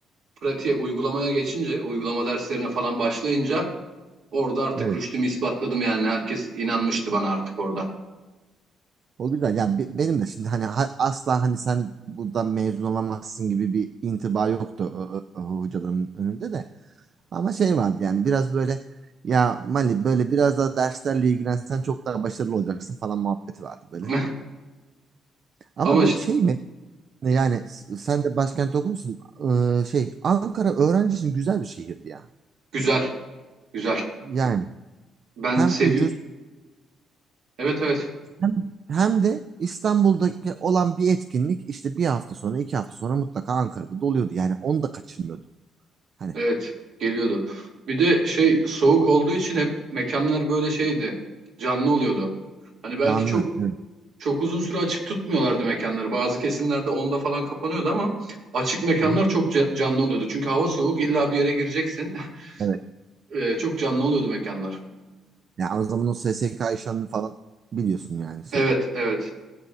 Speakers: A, on the right; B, on the right.
A: pratiğe uygulamaya geçince uygulama derslerine falan başlayınca orada artık
B: Evet.
A: rüştümü ispatladım yani herkes inanmıştı bana artık orada.
B: O güzel. Yani be- benim de şimdi hani ha- asla hani sen buradan mezun olamazsın gibi bir intiba yoktu ö- ö- ö- hocaların önünde de. Ama şey vardı yani biraz böyle ya Mali böyle biraz daha derslerle ilgilensen çok daha başarılı olacaksın falan muhabbeti vardı böyle.
A: <laughs>
B: Ama
A: Ama
B: bir
A: işte
B: şey mi yani s- sen de başkent okumuşsun Ee, şey Ankara öğrenci için güzel bir şehirdi ya.
A: güzel güzel.
B: Yani
A: Ben
B: hem
A: sevi
B: ucuz
A: Evet evet.
B: hem, hem de İstanbul'daki olan bir etkinlik işte bir hafta sonra iki hafta sonra mutlaka Ankara'da doluyordu. Yani onu da kaçırmıyordun. Hani
A: Evet geliyordu. Bir de şey soğuk olduğu için hep mekanlar böyle şeydi. Canlı oluyordu. Hani belki
B: canlı.
A: çok
B: Evet.
A: çok uzun süre açık tutmuyorlardı mekanları. Bazı kesimlerde onda falan kapanıyordu ama açık mekanlar
B: Hı hı.
A: çok ca- canlı oluyordu. Çünkü hava soğuk illa bir yere gireceksin. <laughs>
B: Evet.
A: Ee, çok canlı oluyordu mekanlar.
B: Yani o zaman o SSK işlerini falan biliyorsun yani şeyde.
A: Evet evet.